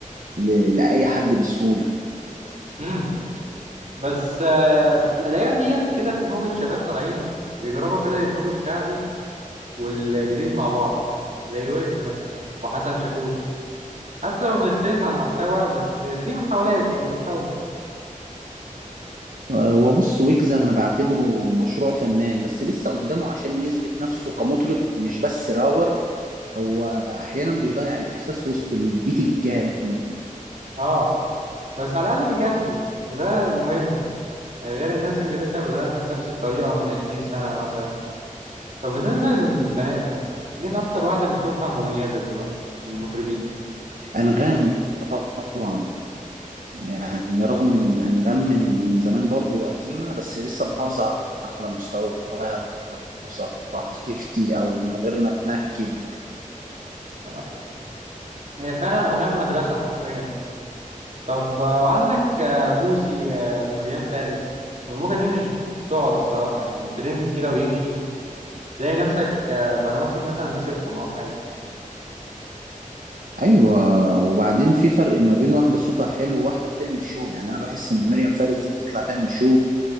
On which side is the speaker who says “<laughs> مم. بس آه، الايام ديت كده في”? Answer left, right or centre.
Right